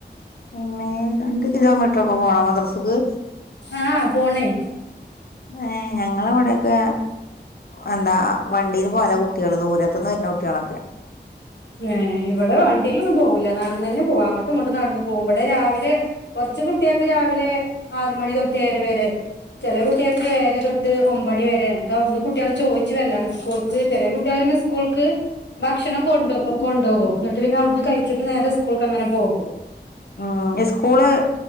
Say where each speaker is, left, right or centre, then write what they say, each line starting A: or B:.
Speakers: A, on the left; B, on the left.
A: പിന്നേ, രണ്ട് കിലോമീറ്റർ ഒക്കെ പോണോ മദ്രസ്ക്ക്?
B: ആ പോണേ.
A: ഏ ഞങ്ങളെ ഇവിടെക്കെ എന്താ വണ്ടീൽ പോവല കുട്ട്യേള്, ദൂരത്ത്ന്ന് വര്ണ കുട്ട്യേളൊക്കെ.
B: ഏ ഇവിടെ വണ്ടിലൊന്നും പോവൂല നടന്നു തന്നെ പോവാ അങ്ങട്ടും ഇങ്ങട്ടും നടന്ന് പോകുമ്പടെ ഇബടെ രാവിലെ കൊറച്ച് ച്ച് കുട്ട്യേക്ക് രാവിലെ ആറ് മണി തൊട്ട് ഏഴര വരെ. ചെല കുട്ട്യേക്ക് ഏഴര തൊട്ട് ഒമ്പണി വരെണ്. അവ്ട്ന്ന് കുട്ട്യേള് ചോയിച്ച് വരലാണ് സ്കൂൾക്ക് ചെലേ കുട്ട്യേള് പിന്നെ സ്കൂൾക്ക് ഭക്ഷണം കൊണ്ടോം. <unintelligible> കൊണ്ടോകും
A: ഏഹ്
B: ന്നട്ട് പിന്നെ അവട്ന്ന് കഴിച്ചിട്ട് നേരെ സ്കൂൾക്ക് അങ്ങനെ പോകും.
A: ആ സ്കൂള്